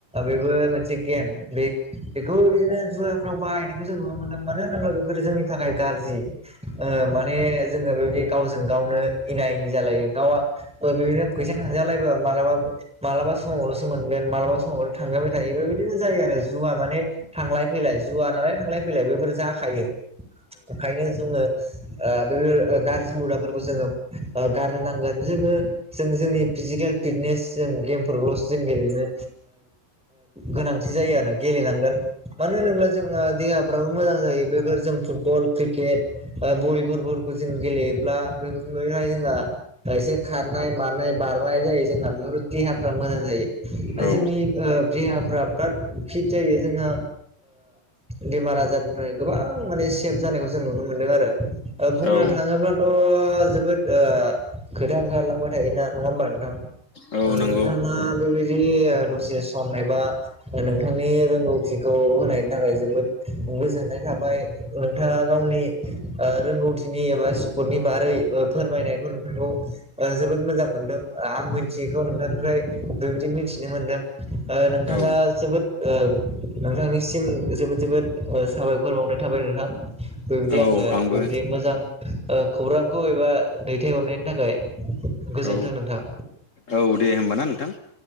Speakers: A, in the centre; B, on the left.
A: बेबो मोनसे गेम बे बेखौ बिनो जुवाफ्राव बाहायनायखौ जों नुनो मोनदों मानो होन्ला बेफोरो जोंनि थाखाय गाज्रि माने जोङो बेबायदि गावजों गावनो एना एनि जालायो गावआ अ बि थजााय मालाबा मालाबा समावल'सो मोनगोन मालाबा समाव' थांजाबाय थायो बे बिदिनो जायो आरो जुवा माने थांलाय फैलाय जुवा नालाय थांलाय फैलाय बेफोर जाखायो ओंखायनो जोङो बे गाज्रि हौदाफोरखौ जोङो गारनो नांगोन जोङो जों जोंनि फिजिकेल फिटनेस जों गेमफोरावल'सो जों गेलेनो गोनांथि जायो आरो गेलेनांगोन मानो होनोब्ला जोंहा देहाफ्राबो मोजां जायो बेफोर जों फुटबल क्रिकेट भलिबल जों गेलेयोब्ला बेफोरहाय जोंहा एसे खारनाय मानाय बारनाय जायो जोंना बेफोर देहाफ्रा मोजां जायो
B: औ
A: जोंनि देहाफ बिराद खित जायो जोंहा बेमार आजारनिफ्राय गोबां माने सेभ जानायखौ जों नुनो मोनदों आरो बुंनो
B: औ
A: थाङोब्ला जोबोद खोथा ओंखारलांबाय थायोना नङा होमबा नोंथां
B: औ
A: ओ
B: नंगौ
A: नोंथाङा बेबायदि दसे सम एबा नोंथांनि रोंगौथि खौ होनायनि थाखाय जोबोद गोजोननाय थाबाय नोंथाङा गावनि रोंगौथिनि एबा सि्पर्टनि बारै फोरमायनायखौ नोंहगौ जोबोद मोजां मोनदों आं मिथियैखौ नोंथांनिफ्राय बेबायदि मिथिनो मोन्दों नोंथाङा
B: औ
A: जोबोद नोंथांनिसिम जोबोद जोबोद साबायखर बावनाय थाबाय नोंथां बेबायदि
B: औ
A: आं आरो
B: आंबो
A: बेबदि मोजां खौरांखौ एबा दैथायहरनायनि थाखाय गोजोन्थों
B: औ
A: नोंथां
B: औ दे होमब्ला ना नोंथां